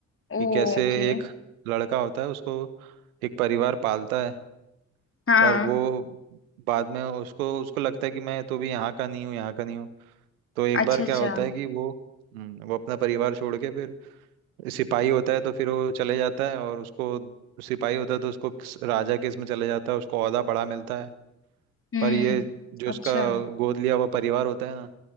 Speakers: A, on the right (about 75°); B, on the left (about 30°).
A: कि
B: ओ
A: कैसे
B: ओके
A: एक लड़का होता है उसको एक परिवार पालता है
B: हाँ
A: पर वो बाद में उसको उसको लगता है कि मैं तो भी यहाँ का नहीं हूँ यहाँ का नहीं हूँ तो एक
B: अच्छा
A: बार क्या
B: अच्छा
A: होता है कि वो हम्म, वो अपना परिवार छोड़ के फिर सिपाही होता है तो फिर वो चले जाता है और उसको सिपाही होता है तो उसको किस- राजा के इसमें चले जाता है उसको ओहदा बड़ा मिलता है
B: हम्म
A: पर ये जो
B: अच्छा
A: उसका गोद लिया हुआ परिवार होता है ना